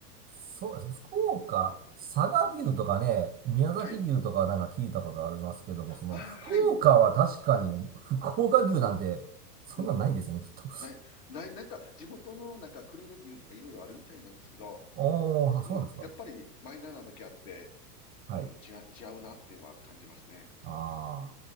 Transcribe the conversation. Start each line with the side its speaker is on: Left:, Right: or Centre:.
Right: そうですね。福岡、佐賀牛とかね、
Left: うん。
Right: 宮崎牛とかなんか聞いたことありますけども、
Left: はい。
Right: その福岡は確かに福岡牛なんてそんなんないですよね、
Left: ああ、はい。うん。
Right: きっと。<laughs>
Left: ない、ない、なんか地元のなんか久留米牛とかいろいろあるみたいなんですけど、
Right: おー、あ、そうなんですか。
Left: うん。やっぱりマイナーなだけあって、
Right: はい。
Left: うん、違う、違うなっていうのは感じますね。
Right: あ